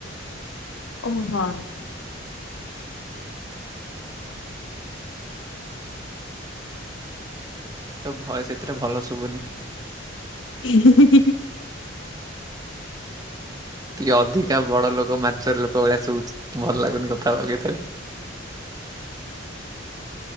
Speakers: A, on the left (about 75°); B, on the right (about 20°).
A: ଓ ହଁ ହଁ।
B: ତୋ ଭଏସ୍ ଏଥିରେ ଭଲ ଶୁଭୁନି।
A: ହି-ହି-ହି-ହି।
B: ଟିକେ ଅଧିକା ବଡ ଲୋକ ମାଚର ଲୋକ ଭଳିଆ ଶୁଭୁଚି ଭଲ ଲାଗୁନି କଥା ହବାକୁ ଏଥିରେ।